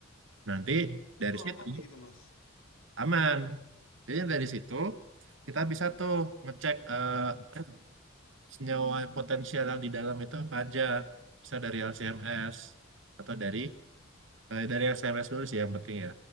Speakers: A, on the right; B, on the left.
A: Nanti dari
B: Itu
A: situ
B: aman kayak gitu, Mas.
A: aman. Jadi dari situ kita bisa tuh ngecek eh, <clears throat> senyawa potensial yang di dalam itu apa aja. Bisa dari LCMS atau dari Eh, dari SMS dulu sih yang penting ya